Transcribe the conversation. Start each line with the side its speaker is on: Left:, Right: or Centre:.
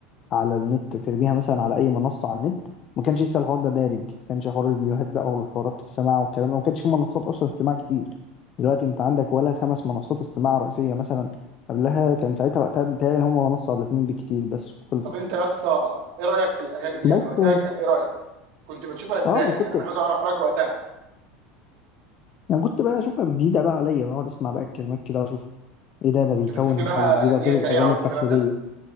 Left: على النت ترميها مثلا على اي منصه على النت ما كانش لسه الحوار ده دارج ما كانش حوار الفيديوهات بقى والحوارات السماع والكلام ده ما كانش في منصات اصلا استماع كتير دلوقتي انت عندك
Right: م.
Left: ولا خمس منصات استماع رئيسيه مثلا قبلها كان ساعتها وقتها بتهيألي هما منصه ولا اتنين بكتير بس خلصت
Right: طب انت يا اسطى ايه رايك في الاغاني دي يعني
Left: بس
Right: وقتها كان ايه رايك كنت بتشوفها ازاي
Left: اه ما كنت
Right: يعني انا عايز اعرف رايك وقتها
Left: انا كنت بقى اشوفها جديده بقى عليا بقعد اسمع بقى الكلمات كده واشوف ايه ده ده
Right: كنت
Left: بيكون
Right: بتحب بقى
Left: حاجه جديده
Right: ان هي
Left: غير
Right: سريعه
Left: الاغاني
Right: والكلام
Left: التقليديه
Right: ده